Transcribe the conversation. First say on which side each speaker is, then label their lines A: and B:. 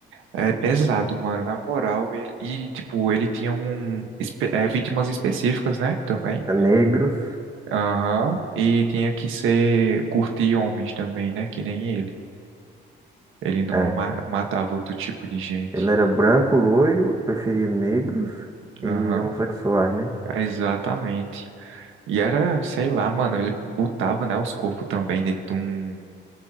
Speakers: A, on the right (about 85°); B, on the right (about 20°).
A: é pesado, mano. Na moral, ele- e, tipo, ele tinha um, espe- é, vítimas específicas, né? Também.
B: Negros,
A: Aham. E tinha que ser curtir homens também, né? Que nem ele. Ele não
B: é.
A: ma- matava outro tipo de gente.
B: Ele era branco, loiro, preferia negros e
A: Aham.
B: homossexuais, né?
A: Exatamente. E era, sei lá, mano, ele botava, né, os corpos também dentro de um,